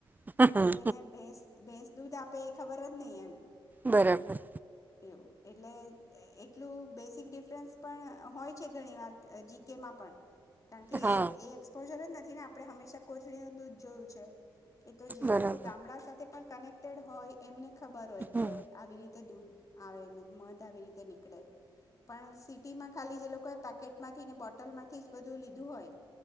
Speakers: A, on the right (about 20°); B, on the left (about 35°).
A: હમ
B: એટલે એને ભેંસ ભેંસ- દુધ આપેએ ખબર જ નહી એમ.
A: બરાબર-
B: એવું એટલે એટલું બેઝિક ડિફરન્સ પણ હોય છે. ઘણીવાર જીકેમાં પણ. કારણ કે
A: હા
B: એ <unintelligible> નથી ને આપણે હંમેશા કોથળી ન દૂધ જોયું છે. એ તો જે
A: બરાબર
B: લોકો ગામડા સાથે પણ કનેક્ટેડ હોય. એમને ખબર હોય કે
A: હમ
B: આવી રીતે દૂધ આવે ને મધ આવી રીતે નીકળે પણ સિટીમાં ખાલી જે લોકોએ પેકેટમાંથી ને બોટલમાંથી જ બધું લીધું હોય.